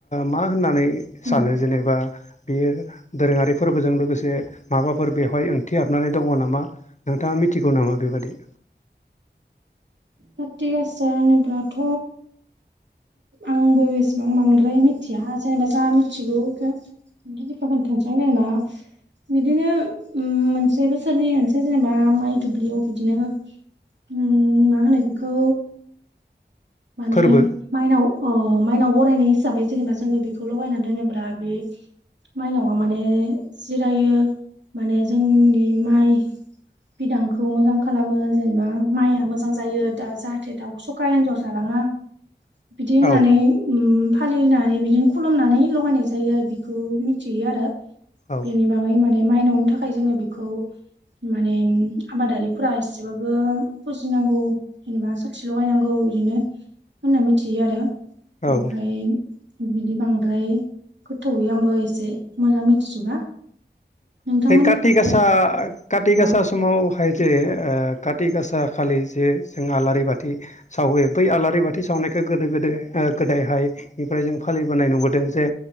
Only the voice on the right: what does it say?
उम
काथि गासा होनोब्लाथ'। आंबो एसेबां बांद्राय मिथिया जेनेबा जा मिथिगौ इखो <unintelligible> जेनेबा। बिदिनो मोनसे बोसोरनि मोनसे जेनेबा माइ दुब्लियाव बिदिनो। उम मा होनो बेखौ। माने
माइनाव अ माइनाव बरायनाय हिसाबै जेनेबा जोङो बेखौ लगायनानै दोनोब्रा बे, माइनावा माने जिरायो माने जोंनि माइ, बिदांखौ मोजां खालामो जेनेबा माइया मोजां जायो दा जाहाथे दाउ सखा एन्जर, जालाङा बिदि होननानै
उम, फालिनानै बिदिनो खुलुमनानै लगायनाय जायो आरो बिखौ मिथियो आरो
बेनि बाग माने माइनावनो थाखाय जोङो बेखौ। माने आबादारिफोरा एसेबाबो फुजिनांगौ। जेनेबा साथि लगायनांगौ बिदिनो होनना मिथियो आरो ओमफ्राय।
बिदि बांद्राय गोथौयै आंबो एसे मोजां मिथिजोबा। नोंथांमोननिखैलाय
अ